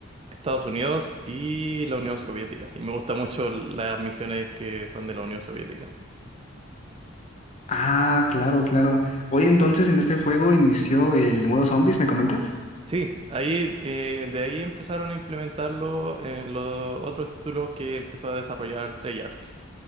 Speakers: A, on the right (about 30°); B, on the left (about 35°).
A: Estados Unidos y la Unión Soviética. Y me gusta mucho las misiones que son de la Unión Soviética.
B: Ah, claro, claro. Hoy entonces en este juego inició el modo zombies, ¿me comentas?
A: Sí, ahí eh, de ahí empezaron a implementarlo en los otros títulos que empezó a desarrollar Treyarch.